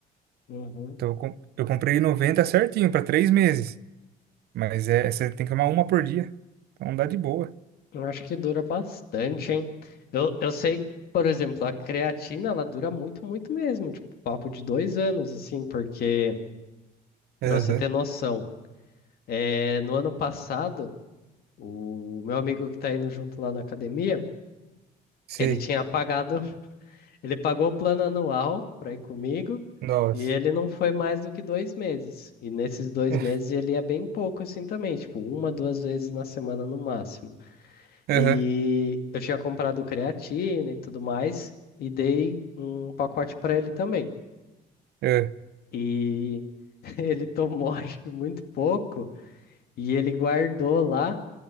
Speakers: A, on the left; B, on the right.
A: Uhum.
B: Então eu, com- eu comprei 90 certinho pra três meses. Mas é, você tem que tomar uma por dia. Então dá de boa.
A: Eu acho que dura bastante, hein? Eu, eu sei, por exemplo, a creatina, ela dura muito, muito mesmo, tipo, papo de dois anos, assim, porque, pra
B: Aham,
A: você ter noção, é, no ano passado, o meu amigo que tá indo junto lá na academia,
B: sei.
A: ele tinha pagado, <laughs> ele pagou o plano anual pra ir comigo,
B: Nossa.
A: e ele não foi mais do que dois meses. E nesses dois
B: <laughs>
A: meses ele ia bem pouco, assim, também, tipo, uma, duas vezes na semana no máximo.
B: Aham,
A: E eu tinha comprado creatina e tudo mais, e dei um pacote para ele também.
B: é,
A: E <laughs> ele tomou, acho que muito pouco, e ele guardou lá